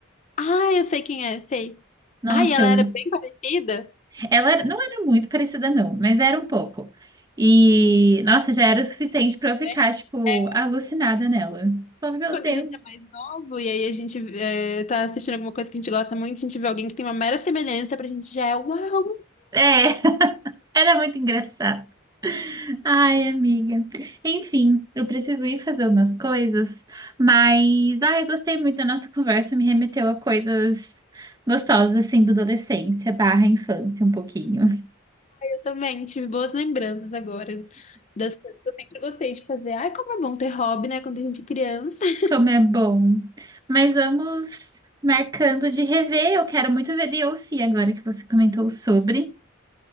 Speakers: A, on the left; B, on the right.
A: Ah, eu sei quem é, sei.
B: nossa,
A: Ah, e ela
B: eu,
A: era bem parecida,
B: ela era- não era muito parecida não, mas era um pouco. E, nossa, já era o suficiente pra eu ficar,
A: né?
B: tipo,
A: É,
B: alucinada nela. Falava, meu
A: Quando
B: Deus.
A: a gente é mais novo e aí a gente eh, tá assistindo alguma coisa que a gente gosta muito, a gente vê alguém que tem uma mera semelhança pra gente já é, uau,
B: É, <laughs> era muito engraçado. Ai, amiga. Enfim, eu preciso ir fazer umas coisas, mas ai, eu gostei muito da nossa conversa, me remeteu a coisas gostosas assim da adolescência barra infância um pouquinho.
A: Também tive boas lembranças agora das coisas que eu sempre gostei de fazer. Ai, como é bom ter hobby, né? Quando a gente é criança. <laughs>
B: Como é bom. Mas vamos marcando de rever. Eu quero muito ver Beyoncé agora que você comentou sobre.